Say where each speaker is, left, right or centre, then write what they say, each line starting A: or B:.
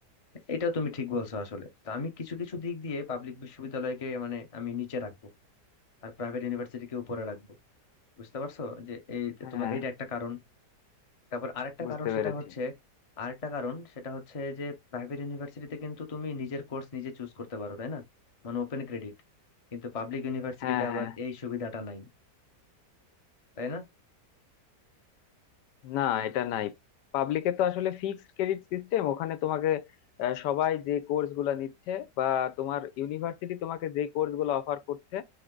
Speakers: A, on the left; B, on the left.
A: এটাও তুমি ঠিক বলছো আসলে তো আমি কিছু কিছু দিক দিয়ে পাবলিক বিশ্ববিদ্যালয়কে মানে আমি নিচে রাখবো আর প্রাইভেট ইউনিভার্সিটিকে উপরে রাখবো বুঝতে পারছো যে এই
B: হ্যাঁ
A: তোমার এটা একটা কারণ তারপর আরেকটা
B: বুঝতে
A: কারণ সেটা
B: পেরেছি
A: হচ্ছে আরেকটা কারণ সেটা হচ্ছে যে প্রাইভেট ইউনিভার্সিটিতে কিন্তু তুমি নিজের কোর্স নিজে চুজ করতে পারো তাই না মানে ওপেন ক্রেডিট কিন্তু পাবলিক ইউনিভার্সিটিতে
B: হ্যাঁ
A: আবার
B: হ্যাঁ
A: এই সুবিধাটা নাই তাই না
B: না এটা নাই পাবলিকে তো আসলে ফিক্সড ক্রেডিট সিস্টেম ওখানে তোমাকে আহ, সবাই যে কোর্স গুলা নিচ্ছে বা তোমার ইউনিভার্সিটি তোমাকে যে কোর্স গুলো অফার করছে